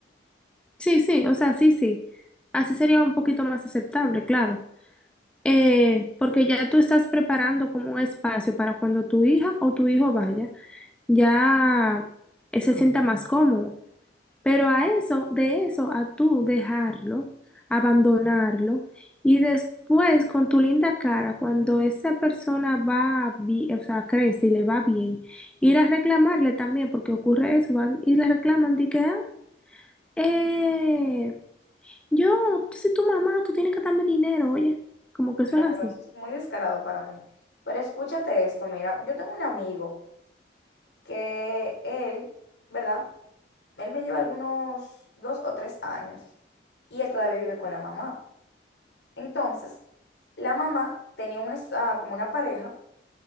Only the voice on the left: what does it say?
Mira,
pero eso es muy descarado para mí. Pero escúchate esto, mira, yo tengo un amigo que él, ¿verdad? Él me lleva algunos dos o tres años y él todavía vive con la mamá. Entonces, la mamá tenía un, es- ah, como una pareja